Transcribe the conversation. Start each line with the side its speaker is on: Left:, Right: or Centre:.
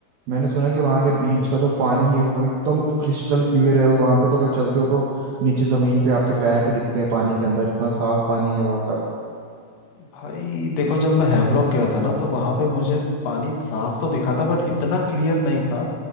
Right: मैंने सुना है कि वहाँ के बीच
Left: हम्म
Right: का जो पानी है वो एकदम क्रिस्टल क्लियर है वहाँ पे तो अगर चलते हो तो नीचे ज़मीन पे आपके पैर भी दिखते हैं पानी के अंदर इतना साफ पानी है वहाँ का
Left: भाई देखो जब मैं हैवलॉक गया था ना तो वहां पे मुझे पानी साफ तो दिखा था बट इतना क्लियर नहीं था